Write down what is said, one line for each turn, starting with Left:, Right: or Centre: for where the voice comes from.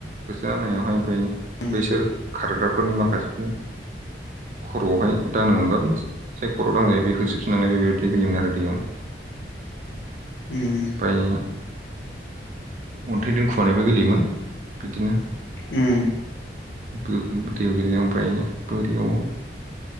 Right: होसो नांनायावहाय ओमफ्राय
Left: उम
Right: बैसोर खारग्राफोरनि माखासेफोरनि खर'आवहाय दांनो मोनबा बिदि जाय खर'आव दांजायो बे होसोबफिन नांलाय बेबायदि गेलेयोमोन आरो दैयाव
Left: उम
Right: ओमफ्राय अन्थाइ दोनखुमानायबो गेलेयोमोन बिदिनो
Left: उम
Right: गो दैयाव गोेलेनायाव ओमफाय बेयाव